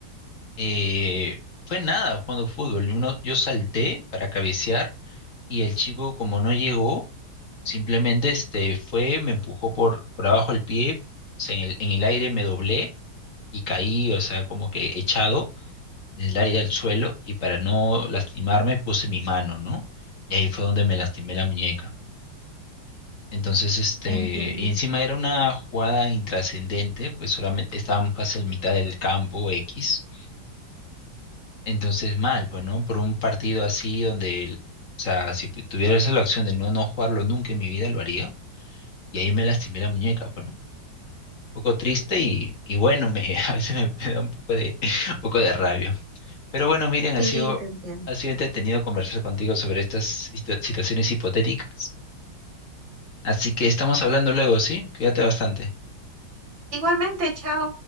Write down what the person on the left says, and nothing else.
eh, fue nada jugando fútbol. Uno, yo salté para cabecear y el chico, como no llegó, simplemente este, fue, me empujó por, por abajo el pie, o sea, en el, en el aire me doblé y caí, o sea, como que echado del aire al suelo y para no lastimarme puse mi mano, ¿no? Y ahí fue donde me lastimé la muñeca. Entonces, este,
y encima era una jugada intrascendente, pues solamente estábamos casi en mitad del campo X Entonces mal, pues, ¿no? Por un partido así donde, el- o sea, si pu- tuviera esa la opción de no, no jugarlo nunca en mi vida, lo haría. Y ahí me lastimé la muñeca, pues, ¿no? Un poco triste y, y bueno, me, <laughs> a veces me, me da un poco de, <laughs> un poco de rabia. Pero bueno, miren, ha
sido,
ha sido entretenido conversar contigo sobre estas situ- situaciones hipotéticas. Así que estamos hablando luego, ¿sí? Cuídate bastante.